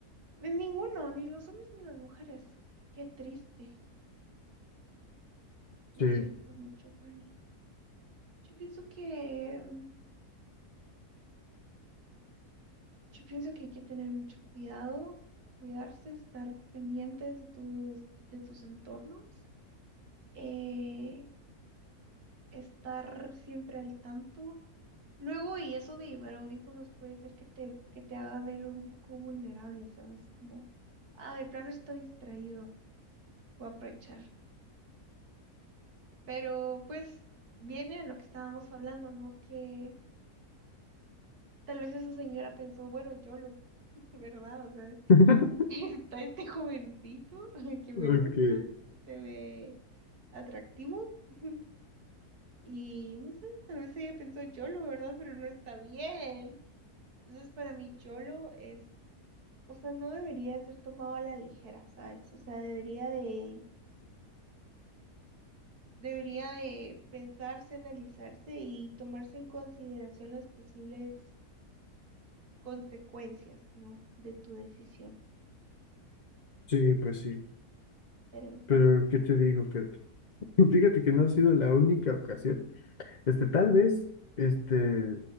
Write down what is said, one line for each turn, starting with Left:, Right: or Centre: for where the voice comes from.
Right: De ninguno, ni los hombres ni las mujeres. Qué triste. Lo
Left: Sí.
Right: siento mucho, Juani. Yo pienso que, mm, yo pienso que hay que tener mucho cuidado, cuidarse, estar pendientes de tus, de tus entornos, eh, estar siempre al tanto. Luego, y eso de llevar audífonos puede ser que te, que te haga ver un poco vulnerable, ¿sabes? Como, ah, de plano estoy distraído, voy a aprovechar. Pero pues viene a lo que estábamos hablando, ¿no? Que Tal vez esa señora pensó, bueno, YOLO, <laughs> ¿verdad? O sea,
Left: <laughs>
Right: <laughs> está este jovencito <laughs> que me
Left: Ok,
Right: gusta, se ve atractivo. <laughs> Y no sé, tal vez ella pensó YOLO, ¿verdad? Pero no está bien. Entonces, para mí, YOLO es, o sea, no debería ser tomado a la ligera, ¿sabes? O sea, debería de, debería de pensarse, analizarse y tomarse en consideración las posibles consecuencias, ¿no? De tu decisión.
Left: sí, pues sí.
Right: Pero en fin.
Left: Pero, ¿qué te digo, Kat? <laughs> Fíjate que no ha sido la única ocasión. Este, tal vez, este,